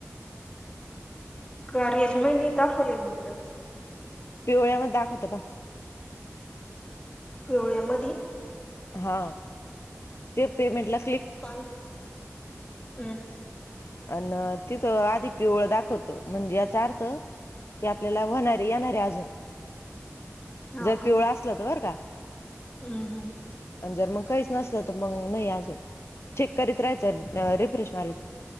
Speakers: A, on the left; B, on the left.
A: कार्याची माहि नाही दाखवलेल मग त्यान.
B: पिवळ्या वर दाखवत का.
A: पिवळ्या मधी.
B: हा ते पेमेंट ला
A: पा हम्.
B: अनं तिथं आधी पिवळ दाखवतो म्हणजे याचा अर्थ ते आपल्याला होणारे येणारे अजून जर
A: हो का
B: पिवळा असल तर बरं का.
A: हम्म हम्म.
B: जर मग काहीच नसल तर मग नाही अजून चेक करीत राहायचं रिफ्रेश मारीत